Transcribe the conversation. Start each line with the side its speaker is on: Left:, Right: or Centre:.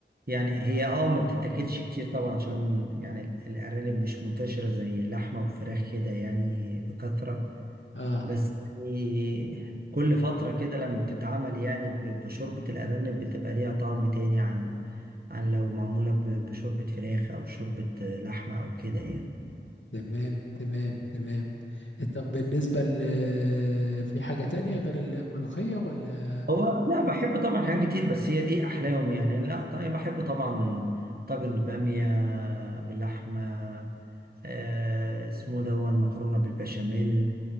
Right: يعني هي آه ما بتتاكلش كتير طبعا عشان يعني ال- الأرانب مش منتشرة زي اللحمة والفراخ كده يعني بكثرة
Left: اه
Right: بس يعني كل فترة كده لما بتتعمل يعني ب- بشوربة الأرانب بتبقى ليها طعم تاني عن عن لو معمولة ب- بشوربة فراخ أو شوربة لحمة أو كده يعني
Left: تمام تمام تمام طب بالنسبة ل في حاجة تانية غير الملوخية ولا
Right: هو لا بحب طبعا حاجات كتير بس هي دي أحلاهم يعني لا طيب بحب طبعا طاجن البامية باللحمة آه اسمه دون مكرونة بالبشاميل